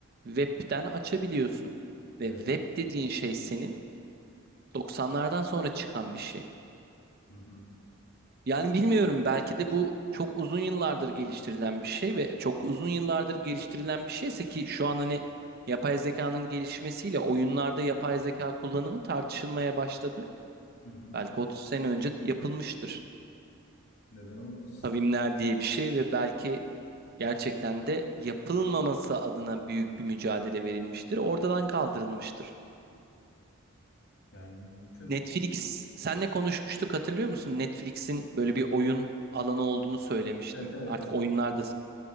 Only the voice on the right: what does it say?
webten açabiliyorsun. Ve
web dediğin şey senin 90'lardan sonra çıkan bir şey.
Yani bilmiyorum belki de bu çok uzun yıllardır geliştirilen bir şey ve çok uzun yıllardır geliştirilen bir şeyse ki şu an hani yapay zekanın gelişmesiyle oyunlarda yapay zeka kullanımı tartışılmaya başladı.
Belki 30 sene önce yapılmıştır.
Kavimler diye bir şey ve belki Gerçekten de yapılmaması adına büyük bir mücadele verilmiştir. Ortadan kaldırılmıştır.
Netflix, senle konuşmuştuk hatırlıyor musun? Netflix'in böyle bir oyun alanı olduğunu söylemiştim.
Artık oyunlarda